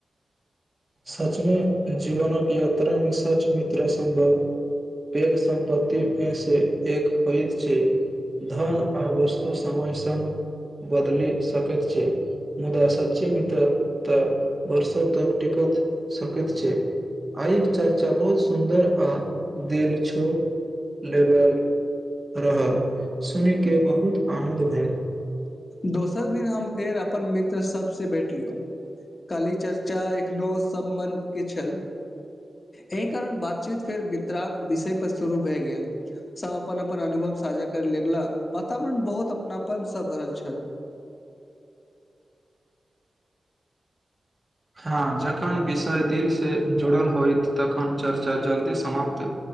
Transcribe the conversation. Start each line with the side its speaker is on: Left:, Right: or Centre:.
Right: सचमे जीवनक यात्रा मे सच मित्र सम्भव पैघ सम्पत्ति मे से एक होइत छै धन आ वस्तु समय स्ग बदलि सकैत छै मुदा सच्ची मित्र तऽ वर्षो तक टिक सकैत छै आइ के चर्चा बहुत सुन्दर आ दिल छोड़ लेबल रहल सुनि के बहुत आनन्द भेल
Left: दोसर दिन हम फेर अपन मित्र सब से बैठलियो काली चर्चा एखनो सब मन के छल एहि कारण बातचीत फेर वित्राक विषय पर शुरू भय गेल सब अपन अपन अनुभव साझा कर लेगा वातावरण बहुत अपनापन से भरल छै चल
Right: हँ जखन विषय दिल से जुड़ल होइत तखन चर्चा जल्दी समाप्त